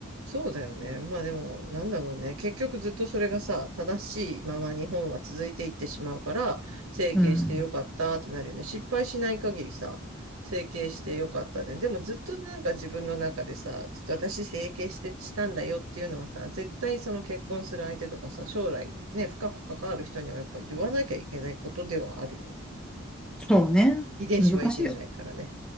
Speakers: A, on the right; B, in the centre.
A: そうだよね。まあでも、なんだろうね。結局ずっとそれがさ、正しいまま日本は続いていってしまうから、整形してよかったってなるよね。
B: うん。
A: 失敗しない限りさ、整形してよかったで。でもずっとなんか自分の中でさ、私整形してしたんだよっていうのはさ、絶対その結婚する相手とかさ、将来ね、深く関わる人にはやっぱ言わなきゃいけないことではあるよね。
B: そうね。
A: 遺伝子はいじれないからね。
B: 難しいよ。